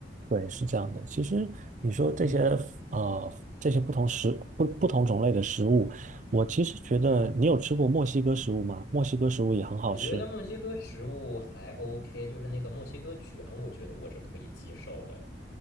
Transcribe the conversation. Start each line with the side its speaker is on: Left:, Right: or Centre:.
Right: 对，是这样的。其实你说这些
Left: 嗯
Right: 呃这些不同食不不同种类的食物，我其实觉得你有吃过墨西哥食物吗？
Left: 嗯，
Right: 墨西哥食物也很好吃。
Left: 我觉得墨西哥食物还 OK，就是那个墨西哥卷，我觉得我是可以接受的。